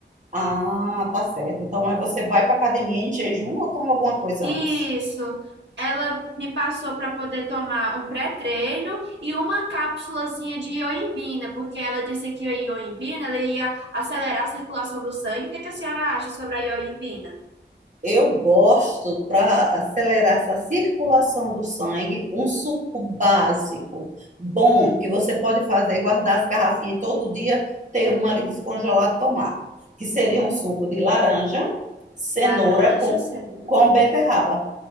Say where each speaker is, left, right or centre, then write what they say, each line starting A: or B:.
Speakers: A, on the right; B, on the right.
A: ah, tá certo. Então, aí você vai para academia em jejum ou toma alguma coisa
B: Isso.
A: antes?
B: Ela me passou para poder tomar um pré-treino e uma cápsulazinha de ioimbina, porque ela disse que a ioimbina ela ia acelerar a circulação do sangue. O que que a senhora acha sobre a ioimbina?
A: Eu gosto, para acelerar essa circulação do sangue, um suco básico, bom, que você pode fazer, guardar as garrafinhas todo dia, ter uma ali descongelada e tomar. Que seria um suco de laranja, cenoura
B: Laranja,
A: com,
B: cenoura.
A: com beterraba.